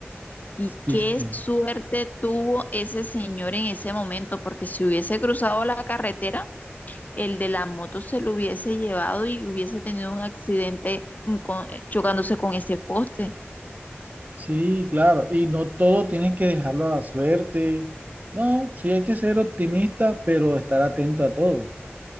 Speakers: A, on the left; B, on the right.
A: Y qué
B: viste.
A: suerte tuvo ese señor en ese momento, porque si hubiese cruzado la carretera, el de la moto se lo hubiese llevado y hubiese tenido un accidente mm, con- eh, chocándose con ese poste.
B: Sí, claro, y no todo tienes que dejarlo a la suerte. No, sí hay que ser optimista, pero estar atento a todo,